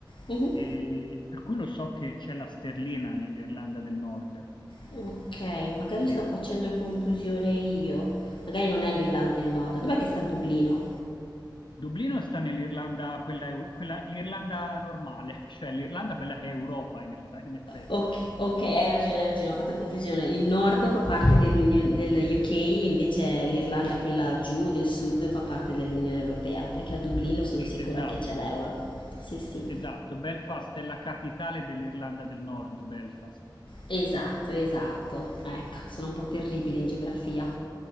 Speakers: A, on the left; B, on the left.
A: mhm.
B: e per cui lo so che c'è la sterlina nell'Irlanda del Nord,
A: Ok, magari
B: capito?
A: sto facendo confusione io. Magari non è l'Irlanda del Nord. Dov'è che sta Dublino?
B: Dublino sta nell'Irlanda, quella, eu- quella- l'Irlanda normale, <laughs> cioè l'Irlanda quella che è Europa in, eff- in effetti.
A: Ok, ok, hai ragione, hai ragione, ho fatto confusione. Il nord fa parte dell'Unione del UK, invece l'Irlanda, quella giù del sud, fa parte dell'Unione Europea, perché a Dublino sono
B: Sì,
A: sicura
B: esatto,
A: che c'è l'euro. Sì, sì.
B: esatto. Belfast è la capitale dell'Irlanda del Nord, Belfast.
A: Esatto, esatto. Ecco, sono un po' terribile in geografia.